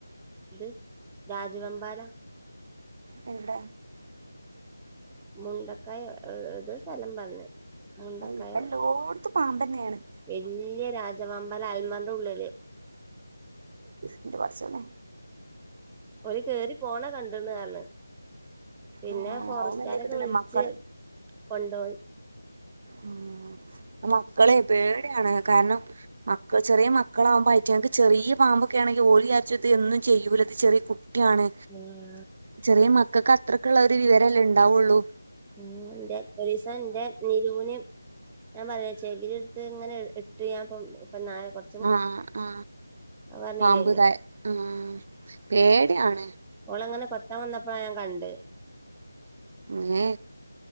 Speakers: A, in the centre; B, on the right.
A: ഇത് രാജവെമ്പാല
B: എവിടേ
A: മുണ്ടക്കായൊ എതൊ സ്ഥലം പറഞ്ഞ് മുണ്ടക്കായോ
B: ഇപ്പ എല്ലോട്ത്തും പാമ്പെന്നെയാണ്
A: വല്യ രാജവമ്പാല അൽമർന്റെ ഉള്ളില്.
B: ഇന്റെ പടച്ചോനേ
A: ഓര് കറി പോണെ കണ്ട്ണ് പർഞ്ഞാ പിന്നെ
B: ആഹ്
A: ഫോറസ്റ്റുകാരൊക്കെ
B: അവും നല്ലേ കിട്ടല്ലേ
A: വിളിച്ച്
B: മക്കള്
A: കൊണ്ടോയി
B: ഉം മക്കളെ പേടയാണ് കാരണം മക്കൾ ചെറിയ മക്കളാകുമ്പോ അയിറ്റങ്ങക്ക് ചെറിയ പാമ്പൊക്കെ ആണെങ്കിൽ ഓല് ചാരിച്ചും ഇത് ഒന്നും ചെയ്യൂല ഇത് ചെറിയ കു ക്കെയാണ്
A: ഇങ്ങനെ
B: ചെറിയ മക്കൾക്ക് അത്രയ്ക്ക്ള്ള ഒര് വിവരല്ലേ ഇണ്ടാവൊള്ളൂ
A: ഉം ഇന്റെ ഒരീസം ഇന്റെ ജൂനിം ഞാൻ പറയ ചെകിരി ഇട്ത്ത് ഇങ്ങനെ ഇട്ട് ഞാൻ ഇപ്പം ഇമ്പന്നാരെ കൊർ
B: ആ ആ
A: പറഞ്ഞില്ലേനോ
B: പാമ്പ്തയ് ആ പേട്യാണ്.
A: ഓളങ്ങനെ കൊത്താൻ വന്നപ്പഴാ ഞാൻ കണ്ട്
B: മേ